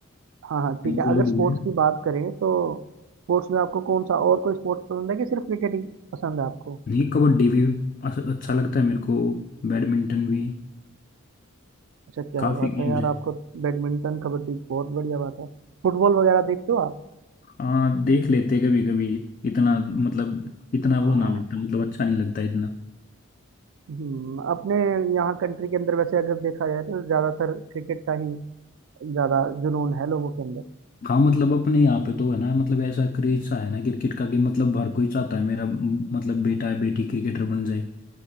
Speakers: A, on the right; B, on the left.
A: हाँ हाँ ठीक है
B: वो
A: अगर
B: लोग
A: स्पोर्ट्स
B: भी हैं।
A: की बात करें तो स्पोर्ट्स में आपको कौन सा और कोई स्पोर्ट्स पसंद है कि सिर्फ क्रिकेट ही पसंद है आपको
B: नहीं कबड्डी भी अस- अच्छा लगता है मेरे को बैडमिंटन भी
A: अच्छा क्या
B: काफी
A: बात
B: गेम्स
A: है यार
B: है
A: आपको बैडमिंटन कबड्डी बहुत बढ़िया बात है फुटबॉल वगैरह देखते हो आप
B: हाँ देख लेते कभी कभी इतना मतलब इतना वो
A: हाँ
B: ना लगता मतलब अच्छा नहीं लगता इतना
A: हम्म, अपने यहाँ कंट्री के अंदर वैसे अगर देखा जाए तो ज़्यादातर क्रिकेट का ही ज़्यादा जुनून है लोगों के अंदर
B: हाँ मतलब अपने यहाँ पे तो है ना मतलब ऐसा क्रेज सा है ना क्रिकेट का कि मतलब हर कोई चाहता है मेरा मतलब बेटा है बेटी क्रिकेटर बन जाए